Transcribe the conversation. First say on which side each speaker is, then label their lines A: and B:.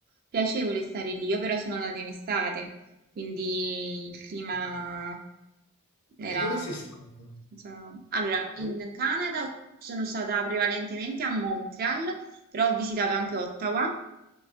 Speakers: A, on the right; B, on the left.
A: piacevole stare lì. Io però sono andata in estate quindi il clima
B: Ah.
A: era...
B: E dove sei stato?
A: senza- Allora, in
B: Dove-
A: Canada sono stata prevalentemente a Montreal, però ho visitato anche Ottawa.